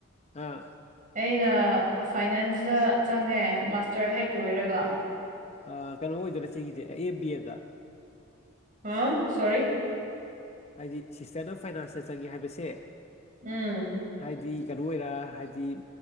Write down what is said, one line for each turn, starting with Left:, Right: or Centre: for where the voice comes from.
Left: ꯑꯥ
Right: ꯑꯩꯅ ꯐꯥꯏꯅꯥꯟꯁꯇ ꯆꯪꯉꯦ ꯃꯥꯁꯇꯔ ꯍꯦꯛ ꯂꯣꯏꯔꯒ
Left: ꯑ ꯀꯩꯅꯣ ꯑꯣꯏꯗꯣꯏꯔ ꯏꯆꯦꯁꯤꯒꯤꯁꯦ ꯑꯦ ꯕꯤ ꯑꯦꯗ
Right: ꯑꯥ ꯁꯣꯔꯤ
Left: ꯍꯥꯏꯗꯤ ꯁꯤꯁꯇꯔꯅ ꯐꯥꯏꯅꯥꯟꯁꯇ ꯆꯪꯉꯦ ꯍꯥꯏꯕꯁꯦ
Right: ꯎꯝ
Left: ꯍꯥꯏꯗꯤ ꯀꯩꯅꯣ ꯑꯣꯏꯔ ꯍꯥꯏꯗꯤ